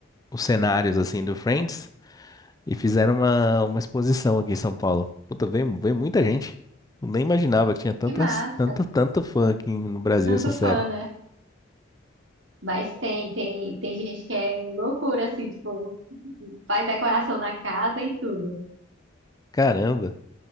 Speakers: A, on the left; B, on the right.
A: os cenários assim do Friends e fizeram uma, uma exposição aqui em São Paulo. Puta, veio, veio muita gente. Eu nem imaginava que tinha tantas,
B: Que massa,
A: tanto, tanto fã aqui no Brasil
B: tanto
A: essa
B: fã,
A: série.
B: né? Mas tem, tem, tem gente que é loucura, assim, tipo, faz decoração na casa e tudo.
A: Caramba,